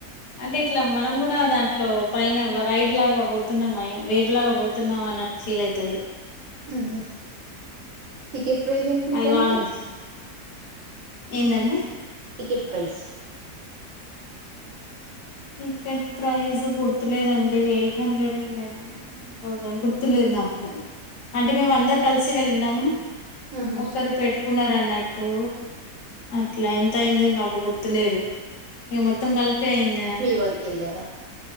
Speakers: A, on the left; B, on the right.
A: అంటే ఇట్లా మనం కూడా దా ఇట్లో పైన రైడ్ లాగా పోతున్నాం వేవ్ లాగా పోతున్నామ అన్నట్టు ఫీల్ అయితది
B: ఉహు టికెట్ ప్రైస్ ఎంతుంద్దానికి
A: అది బాగా అనిపిస్తుంది ఏందండి
B: టికెట్ ప్రైస్
A: టికెట్ ప్రైస్ గుర్తులేదండి ఎయిట్ హండ్రెడ్ ఉండేనా టు థౌసేండ్ గుర్తులేదు నాకు అంటే మేము అందరు కలిసి వెళ్ళినమ్
B: ఆహా
A: ఒకరుపేట్ పెట్టుకున్నారన్నట్టు అట్లా ఎంత అయింది కబు గుర్తులేదు ఇగ మొత్తం కలిపైయింద
B: వర్క వెళ్లార